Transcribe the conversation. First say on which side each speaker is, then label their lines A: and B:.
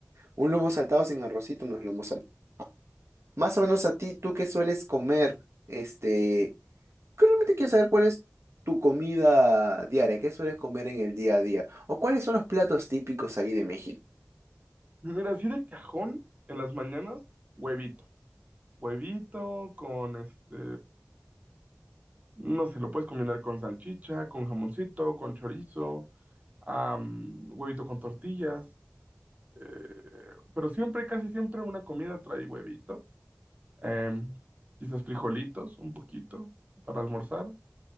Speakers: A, on the right; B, on the right.
A: Un lomo saltado sin arrocito no es lomo saltado. Más o menos a ti, ¿tú qué sueles comer? Este, que realmente quiero saber cuál es tu comida diaria, qué sueles comer en el día a día, o cuáles son los platos típicos ahí de México.
B: Mira, así de cajón en las mañanas, huevito. Huevito con este, no sé, lo puedes combinar con salchicha, con jamoncito, con chorizo, am, huevito con tortillas. Eh, pero siempre, casi siempre una comida trae huevito. Em, quizás frijolitos, un poquito, para almorzar.